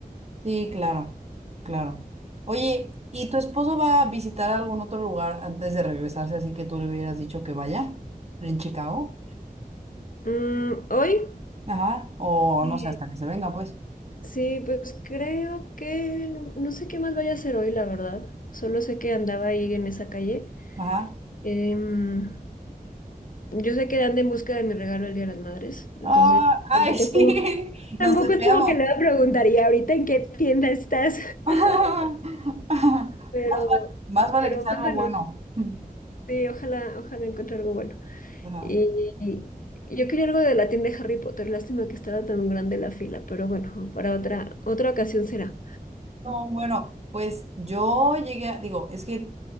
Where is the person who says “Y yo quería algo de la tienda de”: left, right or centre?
Left